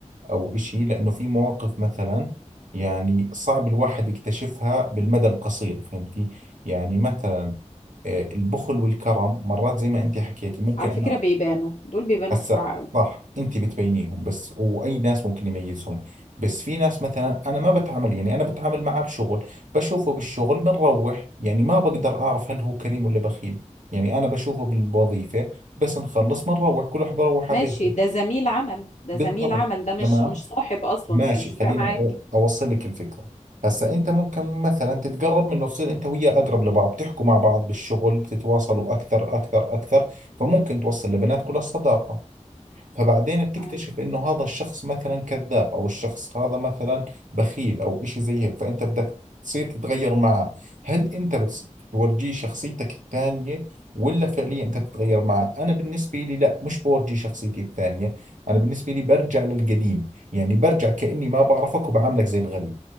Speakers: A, on the right; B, on the left.
A: أو إشي لأنه في مواقف مثلا يعني صعب الواحد يكتشفها بالمدى القصير فهمتي يعني مثلا آه، البخل والكرم مرات زي ما أنت حكيتي ممكن
B: على فكرة
A: أنا
B: بيبانوا دول بيبانوا
A: هسا
B: بسرعة قوي
A: صح انت بتبينيهم بس واي ناس ممكن يميزهم بس في ناس مثلا انا ما بتعامل يعني انا بتعامل معه بشغل بشوفه بالشغل بنروح يعني ما بقدر اعرف هل هو كريم ولا بخيل يعني انا بشوفه بالوظيفة بس نخلص بنروح كل واحد بروح
B: ماشي
A: على بيته
B: ده زميل عمل ده
A: بالضبط
B: زميل عمل ده مش
A: تمام
B: مش صاحب اصلا
A: ماشي
B: فمش فارق
A: خليني
B: معاك
A: أ- اوصل لك الفكرة هسا انت ممكن مثلا تتقرب منه تصير انت وياه اقرب لبعض بتحكوا مع بعض بالشغل بتتواصلوا اكثر اكثر اكثر فممكن توصل لبنات كل الصداقة فبعدين بتكتشف
B: عادي.
A: انه هذا الشخص مثلا كذاب او الشخص هذا مثلا بخيل او اشي زي هيك فانت بدك تصير تتغير معه هل انت بتس- بتورجيه شخصيتك الثانية ولا فعليا انت بتتغير معه انا بالنسبة لي لا مش بورجي شخصيتي الثانية انا بالنسبة لي برجع للقديم يعني برجع كأني ما بعرفك وبعاملك زي الغريب